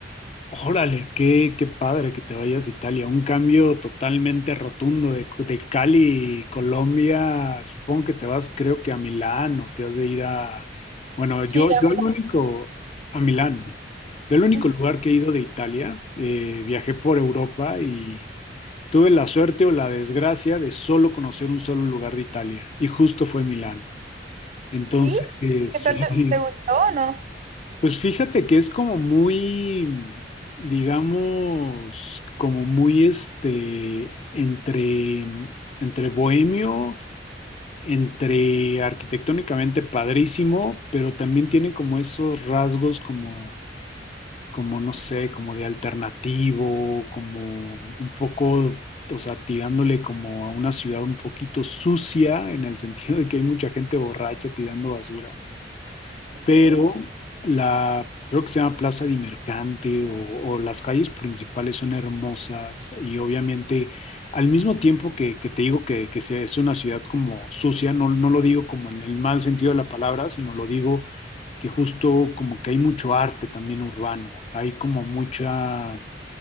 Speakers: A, on the left; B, on the right.
A: Órale, qué, qué padre que te vayas a Italia. Un cambio totalmente rotundo de, de Cali, Colombia. Supongo que te vas, creo que a Milán o te has de ir a... Bueno, yo,
B: Sí,
A: yo
B: a mí
A: el único, a Milán. Yo el único
B: no.
A: lugar que he ido de Italia, eh, viajé por Europa y tuve la suerte o la desgracia de solo conocer un solo lugar de Italia y justo fue Milán. Entonces,
B: ¿Sí?
A: <laughs> eh, sí,
B: ¿Qué tal te, te gustó o no?
A: pues fíjate que es como muy, digamos, como muy este, entre, entre bohemio, entre arquitectónicamente padrísimo, pero también tiene como esos rasgos como, como no sé, como de alternativo, como un poco, o sea, tirándole como a una ciudad un poquito sucia, en el sentido de que hay mucha gente borracha tirando basura pero
B: Ujú.
A: la, creo que se llama Plaza de Mercante o, o las calles principales son hermosas y obviamente al mismo tiempo que, que te digo que, que sea- es una ciudad como sucia, no, no lo digo como en el mal sentido de la palabra, sino lo digo que justo como que hay mucho arte también urbano, hay como mucha